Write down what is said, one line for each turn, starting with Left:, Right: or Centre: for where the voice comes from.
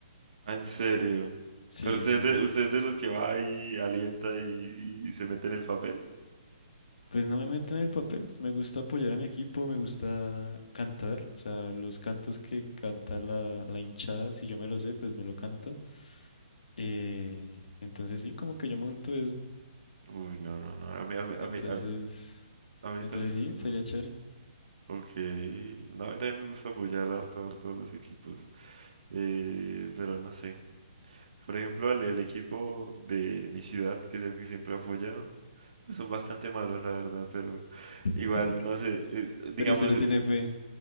Right: ah, en serio.
Left: Sí,
Right: Pero usted es
Left: me,
Right: de,
Left: gu-
Right: usted es de los que va y alienta y, y se mete en el papel.
Left: pues no me meto en el papel, me gusta apoyar a mi equipo, me gusta cantar, o sea, los cantos que canta la, la hinchada, si yo me lo sé, pues me lo canto. Eh, entonces sí, como que yo monto eso.
Right: Uy, no, no, no. A mí, a mí, a
Left: Entonces,
Right: mí, a, a mí
Left: entonces
Right: también.
Left: sí,
Right: mm,
Left: sería chévere.
Right: Ok. No, a mí también me gusta apoyar harto, harto a los equipos. Eh, pero no sé. Por ejemplo, el, el equipo de mi ciudad, que es el que siempre he apoyado, pues son bastante malos, la verdad, pero igual,
Left: <laughs>
Right: no sé, eh, digamos,
Left: Pero usted le tiene fe.